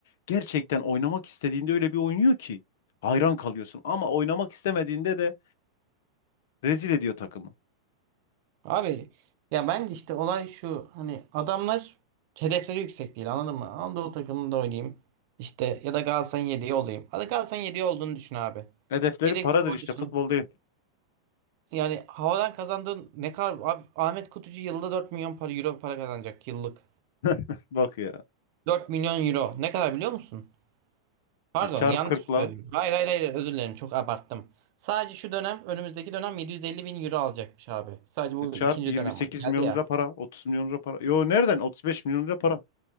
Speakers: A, on the left (about 55°); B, on the right (about 45°).
A: gerçekten oynamak istediğinde öyle bir oynuyor ki hayran kalıyorsun. Ama oynamak istemediğinde de rezil ediyor takımı.
B: Abi ya bence işte olay şu hani adamlar hedefleri yüksek değil anladın mı? Anadolu takımında oynayayım işte ya da Galatasaray'ın yedeği olayım. Hadi Galatasaray'ın yedeği olduğunu düşün abi.
A: Hedefleri
B: Yedek
A: paradır
B: futbolcusun.
A: işte futbol değil.
B: Yani havadan kazandığın ne kadar abi Ahmet Kutucu yılda 4 milyon para euro para kazanacak yıllık.
A: <laughs> Bak ya
B: Dört milyon euro ne kadar biliyor musun? Pardon
A: e, çarp
B: yanlış
A: 40'la
B: mı söyledim? Hayır hayır hayır özür dilerim çok abarttım. Sadece şu dönem önümüzdeki dönem 750 bin euro alacakmış abi. Sadece bu
A: e, çarp
B: ikinci
A: 28
B: dönem var. Geldi
A: milyon
B: ya.
A: lira para 30 milyon lira para. Yo nereden 35 milyon lira para.